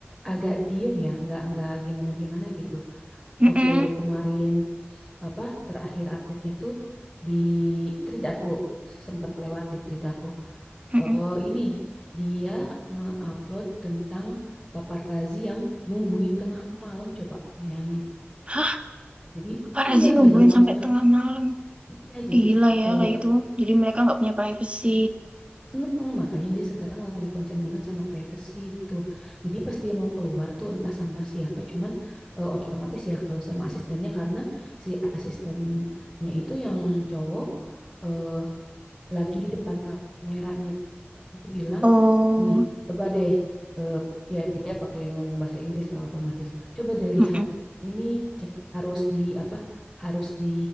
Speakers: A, in the centre; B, on the right.
A: agak diem ya nggak nggak gimana gimana gitu
B: Mm-mm,
A: waktu kemarin apa terakhir update-nya tuh di thread aku sempat lewat di thread aku
B: mm-mm.
A: Eh, ini dia nge-upload tentang paparazzi yang nungguin tengah malam coba bayangin
B: Hah,
A: jadi
B: Parazi
A: iya
B: nungguin
A: gila banget
B: sampai tengah malam.
A: ya jadi
B: Gila ya
A: eh,
B: kayak gitu. Jadi mereka nggak punya privacy.
A: Heeh, makanya dia sekarang lagi konsen banget sama privacy itu. Jadi pas dia mau keluar tuh entah sama siapa, cuman eh, otomatis ya kalau sama asistennya karena si asistennya itu yang cowok eh, lagi di depan kameranya dia bilang,
B: Oh,
A: "Nih, coba deh eh, ya dia pakai ngomong bahasa Inggris ya otomatis. Coba deh lihat
B: mm-mm.
A: ini c- harus di apa? Harus di